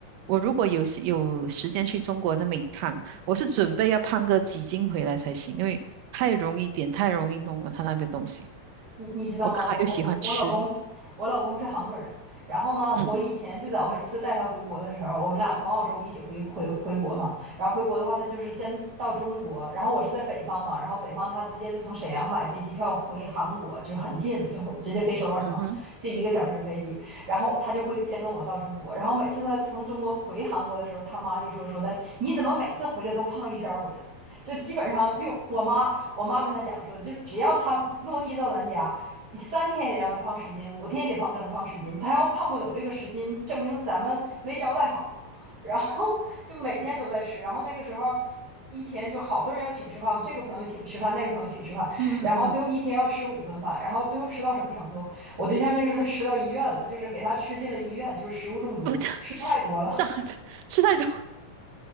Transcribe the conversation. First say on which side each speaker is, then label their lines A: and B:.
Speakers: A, on the right; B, on the right.
A: 我如果有时有时间去中国那么一趟，我是准备要胖个几斤回来才行，因为太容易点，太容易弄了，他那边东西。
B: 你你知道吗？
A: 我刚好又喜欢吃，
B: 我我我我老公，我老公是韩国人。然后呢，
A: 嗯
B: 我以前最早每次带他回国的时候，我们俩从澳洲一起回回回国嘛。然后回国的话，他就是先到中国，然后我是在北方嘛，然后北方他直接就从沈阳买飞机票回韩国，就是很近，就会直接飞首尔嘛，
A: 嗯哼，
B: 就一个小时的飞机。然后他就会先跟我到中国，然后每次他从中国回韩国的时候，他妈就说说的，你怎么每次回来都胖一圈儿回来？就基本上又我妈我妈跟他讲说，就只要他落地到咱家，你三天也得让他胖十斤，五天也得胖让他胖十斤。他要胖不走这个十斤，证明咱们没招待好。然后就每天都在吃，然后那个时候一天就好多人要请吃饭，嘛，这个朋友请吃饭，那个朋友请吃饭，
A: 嗯嗯嗯，
B: 然后最后一天要吃五顿饭，然后最后吃到什么程度？我对象那个时候吃到医院了，就是给他吃进了医院，就是食物中毒，
A: 我 <laughs> 长吃，
B: 吃太多了。
A: 长吃太多。